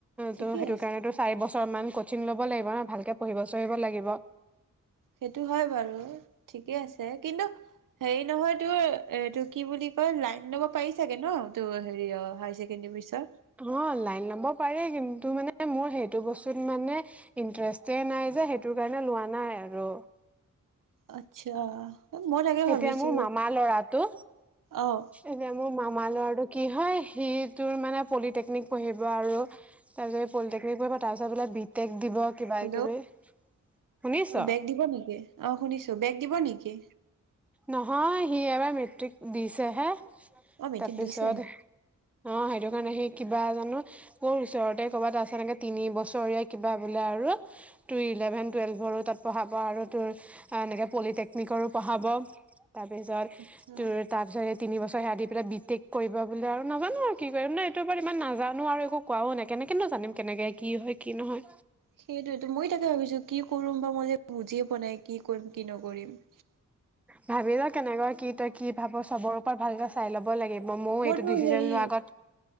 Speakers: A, on the right; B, in the centre.
A: ঠিকে
B: ত' সেইটো
A: আছে
B: কাৰণেতো চাৰি বছৰমান কোচিং ল'ব লাগিব ন' ভালকৈ পঢ়িব চঢ়িব লাগিব।
A: সেইটো হয় বাৰু ঠিকে আছে কিন্তু হেৰি নহয় তোৰ এইটো কি বুলি কয় লাইন ল'ব পাৰি চাগে ন'। তোৰ হেৰি অ' হায়াৰ ছেকেণ্ডেৰী পিছত।
B: অ', লাইন লব পাৰি কিন্তু মানে মোৰ সেইটো বস্তুত মানে ইণ্টাৰেষ্টে নাই যে সেইটো কাৰণে লোৱা নাই আৰু।
A: আচ্ছা মই তাকে ভাবিছো
B: এতিয়া মোৰ মামা ল'ৰাটো
A: অ'।
B: এতিয়া মোৰ মামাৰ ল'ৰাটো কি হয় সি‌ তোৰ মানে পলিটেকনিক পঢ়িব আৰু। তাৰপিছত পলিটেকনিক কৰিব তাৰপিছত বোলে বিটেক দিব। কিবা
A: হেল্ল'
B: কিবি শুনিছ
A: অ বেগ দিব নেকি? অ শুনিছো। বেগ দিব নেকি?
B: নহয় সি এবাৰ মেট্ৰিক দিছেহে,
A: অ মেট্ৰিক
B: তাৰপিছত
A: দিছেহে
B: অ সেইটো কাৰণে সেই কিবা জানো কৰ ওচৰতে কৰ'বাত আছে সেনেকে তিনি বছৰীয়া কিবা বোলে আৰু। তোৰ ইলেভেন টুৱেলভেৰো তাত পঢ়াব আৰু তোৰ এনেকে পলিটেকনিকৰো পঢ়াব। তাৰপিছত
A: আচ্ছা।
B: তোৰ তাৰপিছত সেই তিন বছৰ সেয়া দি পেলাই বি টেক কৰিব বোলে আৰু নাজানো কি কৰে নে এইটোৰ ওপৰত ইমান নাজানো আৰু একো কোৱাও নাই কেনেকেনো জানিম কেনেকে কি হয় কি নহয়।
A: সেইটোৱেতো মই তাকে ভাবিছো কি কৰিম বা মই যে বুজিয়ে পোৱা নাই কি কৰিম কি নকৰিম।
B: ভাবি ল কেনেকৈ কি তই কি ভাব চবৰ ওপৰত ভালকৰে চাই ল'ব লাগিব, ময়ো
A: মইতো
B: এইটো ডিচিশন
A: হেৰি
B: লোৱাৰ আগত